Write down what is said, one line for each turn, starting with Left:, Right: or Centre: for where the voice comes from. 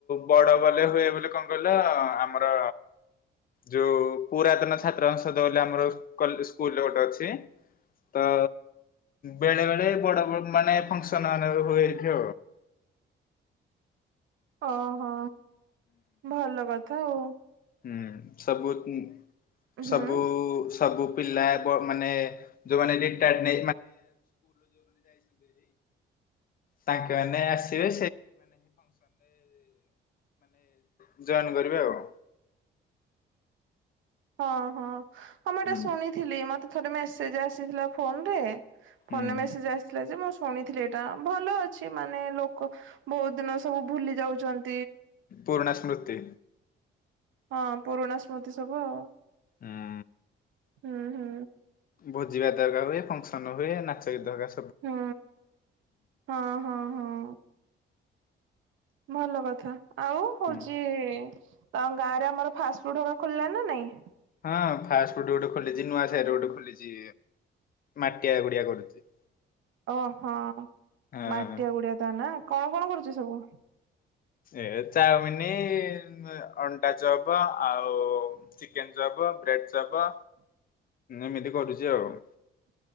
Left: ବଡ ବଲେ ହୁଏ ବୋଲି କଣ କହିଲ ଆମର ଯୋଉ ପୁରାତନ ଛାତ୍ର ସଂଂସଦ ବୋଲି ଆମର ସ୍କୁଲ ଗୋଟେ ଅଛି ତ ବେଳେ ବେଳେ ବଡ ମାନେ ଫଙ୍କସନ ମାନେ ହୁଏ। ଦେଖ
Right: ଓହୋ। ଭଲ କଥା ହଉ।
Left: ହୁଁ ସବୁ
Right: ହୁଁ
Left: ସବୁ ସବୁ ପା ମାନେ ଯୋଉ ମାନଉ ଯାଇଛନ୍ତି ତାଙ୍କ ଆସିବେ ସୋନ କରେ ଆଉ
Right: ହଁ ହଁ। ଆଁ ମୁ ଏଟେ
Left: ହୁଁ
Right: ଶୁଣିଥିଲି ମତେ ଥରେ ମେସେଜ ଆସିଥିଲା ଫୋନ ରେ
Left: ହୁଁ
Right: ଫୋନ ମେସେଜ ଆସିଥିଲା ଯେ ଶୁଣିଥିଲି ଏଇଟା ଭଲ ଅଛି ମାନେ ଲୋକ ବହୁତ ଦିନ ସବୁ ଭୁଲି ଯାଉଛନ୍ତି।
Left: ପୂର୍ଣ ସ୍ମୃତି
Right: ହଁ ପୁରୁଣା ସ୍ମୃତି ସବୁ ଆଉ।
Left: ହୁଁ
Right: ହୁଁ ହୁଁ।
Left: ଭୋଜିବା ଦରକାର ହୁଏ ଫଙ୍କସନ ହୁଏ ନାଚ ଗୀତ ଦରକାର।
Right: ହୁଁ ହଁ ହଁ ହଁ। ଭଲ କଥା। ଆଉ ହଉଛି।
Left: ହୁଁ।
Right: ତ ଗାଁରେ ଆମର ଫାଷ୍ଟଫୁଡ ଖୋଲିଲା ନା ନାଇଁ
Left: ହଁ ଫାଷ୍ଟ ଫୁଡ ଗୋଟେ ଖୋଲିଛି ନୂଆ ସରେ ଗୋଟେ ଖୋଲିଛି ମାଟିଆ ଗୁଡିଆ କରୁଛି।
Right: ଓହୋ
Left: ହଁ
Right: ମାଟିଆ ଗୁଡିଆ ତ ନା କଣ କଣ କରୁଛି ସବୁ
Left: ଏ ଚାଉମିନ ଅଟା ଚବ ଆଉ ଚିକେନ୍ ଚାପ ବ୍ରେଡ ଦବ ଏମିତି ପଡୁଚି ଆଉ।